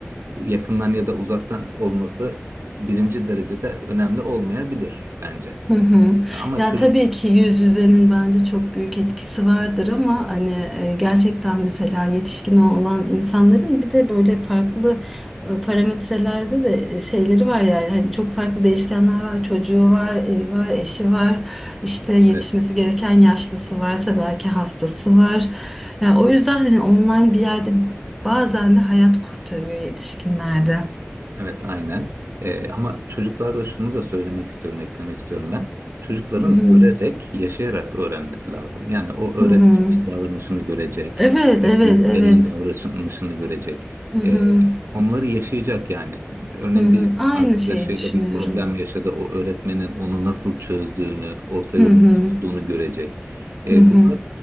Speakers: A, on the right; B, in the centre.
A: yakından ya da uzaktan olması birinci derecede önemli olmayabilir bence.
B: Hı hı.
A: Ama
B: Ya
A: çocuk
B: tabii ki yüz yüzenin bence çok büyük etkisi vardır ama hani e, gerçekten mesela yetişkin olan insanların bir de böyle farklı e, parametrelerde de e, şeyleri var yani hani çok farklı değişkenler var çocuğu var evi var eşi var işte yetişmesi
A: Evet.
B: gereken yaşlısı varsa belki hastası var yani o yüzden hani online bir yerde bazen de hayat kurtarıyor yetişkinlerde.
A: Evet aynen. Ee, ama çocuklarda şunu da söylemek istiyorum, eklemek istiyorum ben. Çocukların
B: Hı hı.
A: görerek, yaşayarak öğrenmesi lazım. Yani o öğretmenin
B: Hı hı.
A: davranışını görecek,
B: Evet
A: e,
B: evet
A: büyüklerinin
B: evet.
A: davranışını görecek.
B: Hı hı.
A: Ee, onları yaşayacak yani. Örneğin
B: Hı hı,
A: bir
B: aynı
A: arkadaşıyla
B: şeyi düşünüyorum.
A: bir problem yaşadı. O öğretmenin onu nasıl çözdüğünü, orta
B: Hı
A: yolunu
B: hı,
A: nasıl bulduğunu görecek. Ee,
B: hı hı,
A: bunlar